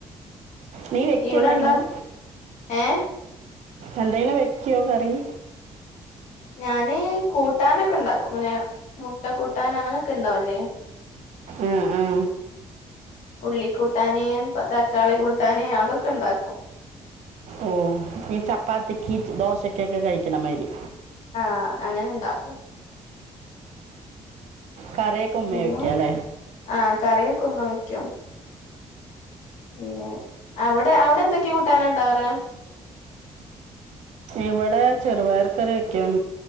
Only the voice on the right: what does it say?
നീ വെക്കോ
എന്തെങ്കിലും
എന്തെങ്കിലും വെക്കോ കറി?
ആഹ് ആ
ഉം ഈ ചപ്പാത്തിക്ക് ദോശക്കൊക്കെ കഴിക്കണ മരി.
കറിയൊക്കെ ഉമ്മെ
വെ ക്യാല്ലേ?
ഇവിടെ ചെറപയർക്കറിവെക്കും